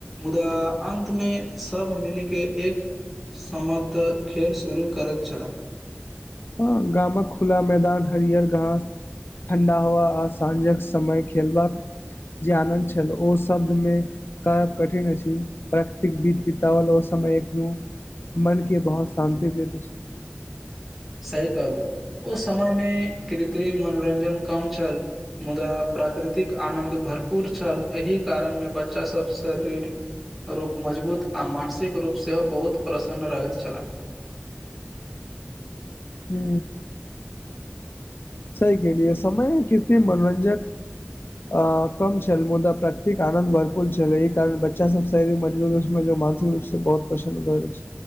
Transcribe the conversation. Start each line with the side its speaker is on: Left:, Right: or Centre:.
Centre: मुदा अन्त में सभ मिलिक एक समत खेल शुरू करैत छलाह
Left: अ गामक खुला मैदान हरिहर घास ठण्डा हवा आ साँझक समय खेलबाक जे आनन्द छल ओ शब्दमे कहब कठिन अछि प्रकृतिक बीज बितावल ओ समय एखनो मन केँ बहुत शान्ति देत अछि
Centre: सही कहलू ओ समय मे कृत्रिम मनोरंजन कम छल मुदा प्राकृतिक आनंन्द भरपूर छल एहि कारण मे बच्चा सब शरीर रूप मजबूत आ मानसिक रूप सेहो बहुत प्रसन्न रहैत छलाह
Left: हू सही केहलिए समय कृत्रिम मनोरंजक अ कम छल मुदा प्रकृतिक आनन्द भरपूल छल ई कारण बच्चा सब शरीर मजबूतमे <unintelligible> सँ बहुत पसन्न्द भेल अछि